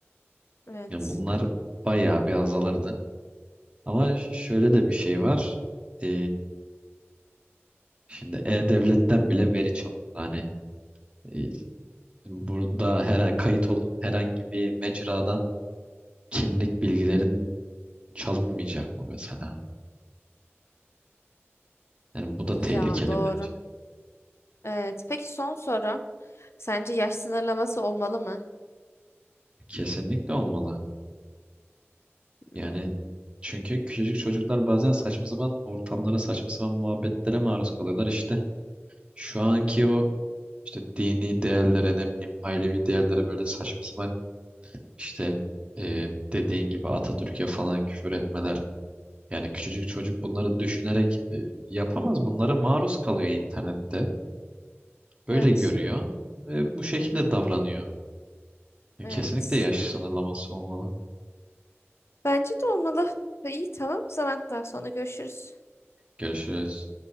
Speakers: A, on the left; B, on the right.
A: Evet.
B: Yani bunlar bayağı bir azalırdı. Ama ş- şöyle de bir şey var. E, şimdi E-Devlet'ten bile veri çalındı. Hani e, burada her kayıt olduğun herhangi bir mecradan kimlik bilgilerin çalınmayacak mı mesela? Yani bu da tehlikeli
A: Ya doğru.
B: bence.
A: Evet. Peki son sorum. Sence yaş sınırlaması olmalı mı?
B: Kesinlikle olmalı.
A: Hmm,
B: Yani çünkü küçücük çocuklar bazen saçma sapan ortamlara, saçma sapan muhabbetlere maruz kalıyorlar. İşte şu anki o işte dini değerlere ne bileyim ailevi değerlere böyle saçma sapan işte e, dediğin gibi Atatürk'e falan küfür etmeler. Yani küçücük çocuk bunları düşünerek e, yapamaz. Bunlara maruz kalıyor internette. Böyle
A: Evet.
B: görüyor ve bu şekilde davranıyor. E,
A: Evet.
B: Kesinlikle yaş sınırlaması olmalı.
A: Bence de olmalı. İyi tamam o zaman daha sonra görüşürüz.
B: Görüşürüz.